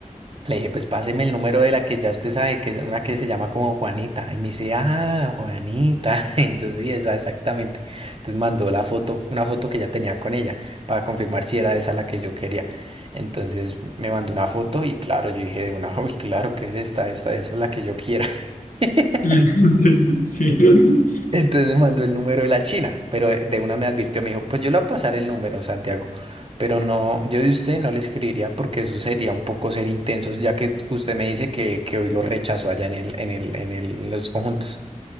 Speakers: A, on the right; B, on the left.
A: Le dije, pues páseme el número de la que ya usted sabe, que es una que se llama como Juanita. Y me dice, ah, Juanita. <laughs> Y yo sí, esa exactamente. Entonces mandó la foto, una foto que ya tenía con ella, para confirmar si era esa la que yo quería. Entonces me mandó una foto y claro, yo dije de una, uy, claro que es esta, esta, esa es la que yo quiera. <laughs>
B: Sí, sí, <laughs> sí. sí.
A: Entonces me mandó el número de la China, pero de una me advirtió, me dijo, pues yo le voy a pasar el número, Santiago, pero no, yo de usted no le escribiría porque eso sería un poco ser intensos, ya que usted me dice que, que hoy lo rechazó allá en el, en el, en el, en los conjuntos.